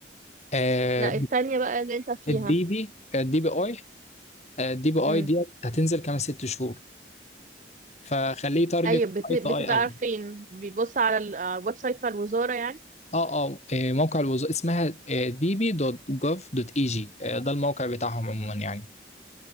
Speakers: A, on the left; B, on the right.
A: آه،
B: لا التانية بقى اللي انت فيها
A: الدي بي آه، الدي بي اي آه، الدي بي اي
B: امم
A: دي هتنزل كمان ست شهور فخليه تارجت
B: ايوه بت...
A: اي
B: بتبقى
A: تو اي افضل
B: عارفين بيبص على ال- على الويب سايت بتاع الوزارة يعني
A: اه اه آه، موقع الوظائف اسمها دي بي دوت جوف دوت اي جي ده الموقع بتاعهم عموما يعني